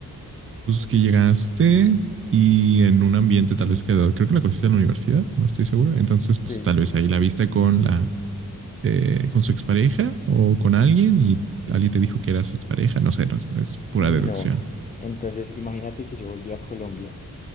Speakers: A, on the right; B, on the left.
A: Pues que llegaste y en un ambiente tal vez que creo que la conociste en la universidad, no estoy seguro. Entonces,
B: Sí,
A: pues
B: sí,
A: tal
B: sí.
A: vez ahí la viste con la eh, con su expareja o con alguien y alguien te dijo que era su expareja. No sé, no, es pura
B: No.
A: deducción.
B: Entonces, imagínate que yo volví a Colombia